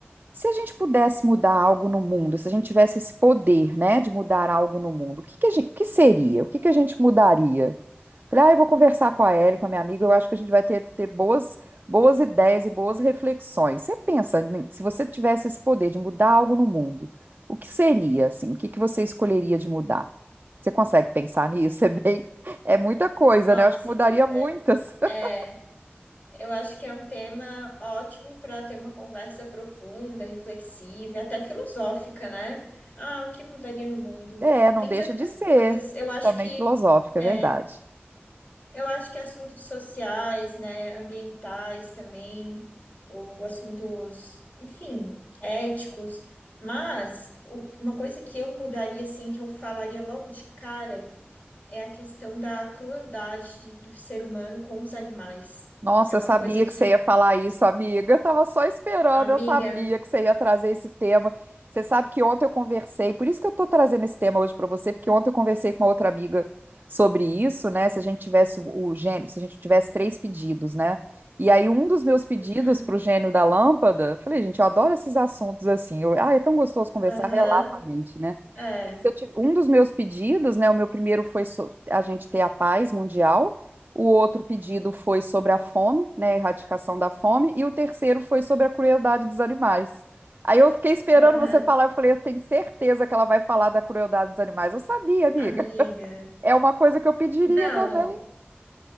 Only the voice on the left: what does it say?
Nossa,
amiga.
É, eu acho que é um tema ótimo para ter uma conversa profunda, reflexiva, e até filosófica, né? Ah, o que mudaria no mundo?
Tem
tantas
coisas. Eu acho
que,
é,
eu acho que assuntos sociais, né, ambientais também, ou assuntos, enfim, éticos. Mas o- uma coisa que eu mudaria, assim, que eu falaria logo de cara é a questão da crueldade do ser humano com os animais.
É uma
coisa que,
amiga,
uhum,
aham,
é,
aham,
amiga.
Não,